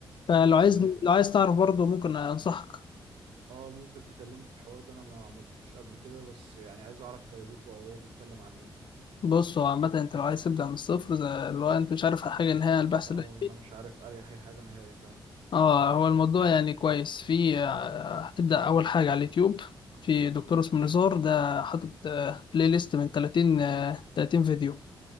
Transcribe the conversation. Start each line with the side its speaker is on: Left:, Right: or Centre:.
Left: فلو عايز
Right: ايوه
Left: لو عايز تعرف برضه ممكن انصحك
Right: اه ممكن تكلمني في الحوار ده انا ما عملتوش قبل كده بس يعني عايز اعرف فايدته او هو بيتكلم عن ايه
Left: بص هو عامة انت لو عايز تبدأ من الصفر زي اللي هو انت مش عارف حاجة نهائي عن البحث
Right: اه
Left: العلمي
Right: انا مش عارف اي اي حاجه نهائي فعلا
Left: اه هو الموضوع يعني كويس في آه، هتبدأ أول حاجة على اليوتيوب في دكتور اسمه نزار ده حاطط آه، بلاي ليست من 30 آه، 30 فيديو